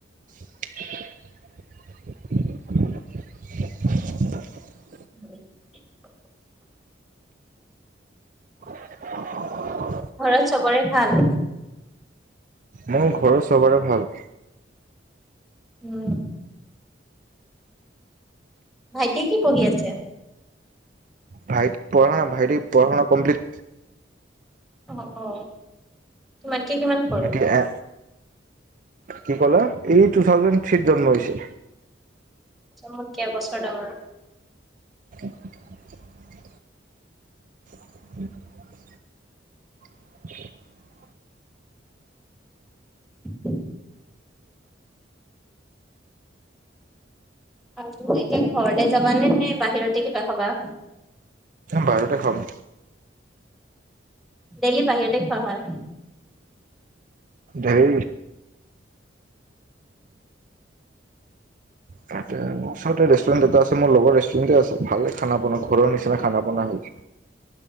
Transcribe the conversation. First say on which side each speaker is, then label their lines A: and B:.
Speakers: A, on the right (about 45°); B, in the centre.
A: <inaudible>
B: <unintelligible>
A: <inaudible>
B: ঘৰত চবৰে ভাল?
A: মোৰ ঘৰ চবৰে ভাল।
B: উম ভাইটিয়ে কি পঢ়ি আছে?
A: ভাইটি পঢ়া ভাইটি পঢ়া শুনা কমপ্লিট।
B: অ অ তোমাৰ। কিমান পঢ়ে?
A: ভাইটি এ কি কলে? এই টু থাউজেণ্ড থ্ৰীত জন্ম হৈছে।
B: মোত কে এবছৰ ডাঙৰ।
A: <inaudible> <unintelligible> <inaudible>
B: <inaudible> আৰু এতিয়া ঘৰলে যাবানে নে বাহিৰতে কিবা খাবা?
A: বাহিৰতে খাম।
B: ডেইলি বাহিৰতে খোৱা হয়।
A: ধেৰি তাতে ওচৰতে ৰেষ্টুৰেণ্ট এটা আছে। মোৰ লগৰ ৰেষ্টুৰেণ্টে আছে, ভাল খানা পনা ঘৰৰ নিচিনা খানা পনা হৈ।